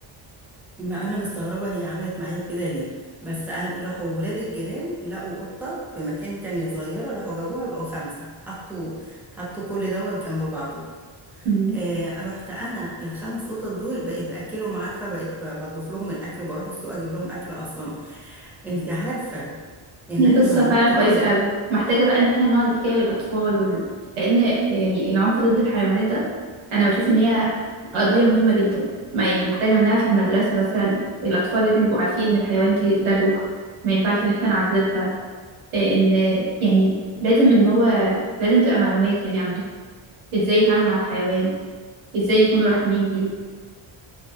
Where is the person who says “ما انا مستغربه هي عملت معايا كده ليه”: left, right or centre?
Centre